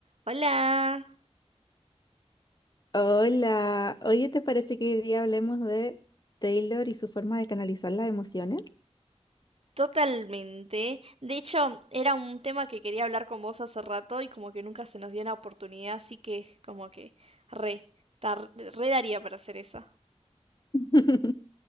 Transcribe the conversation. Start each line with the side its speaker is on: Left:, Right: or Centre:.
Right: Hola,
Left: Hola, oye, ¿te parece que hoy día hablemos de Taylor y su forma de canalizar las emociones?
Right: totalmente. De hecho, era un tema que quería hablar con vos hace rato y como que nunca se nos dio la oportunidad, así que como que re, tar- re daría para hacer esa.
Left: <laughs>